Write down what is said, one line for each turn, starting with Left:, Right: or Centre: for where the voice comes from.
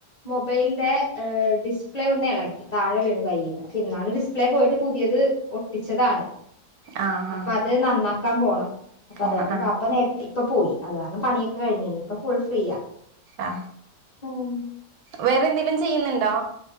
Left: മൊബൈലിന്റെ് ഏ ഡിസ്പ്ലേ ഒന്ന് ഇളകി താഴെ വീണു കൈയ്യിന്ന് അപ്പൊ എന്നാണ് ഡിസ്പ്ലേ പോയിട്ട് പുതിയത് ഒട്ടിച്ചതാണ്
Right: ആ ആ
Left: അപ്പൊ അത് നന്നാക്കാം പോണ അപ്പ
Right: പോണ
Left: അത് കാരണം
Right: ആ
Left: പാപ്പ നേരത്തെ ഇപ്പൊ പോയി അത് കാരണം പണിയൊക്കെ കഴിഞ്ഞീനീ ഇപ്പൊ ഫുൾ ഫ്രീയാ
Right: ആ
Left: ഉം.
Right: വേറെന്തേലും ചെയ്യുന്ന്ണ്ടോ?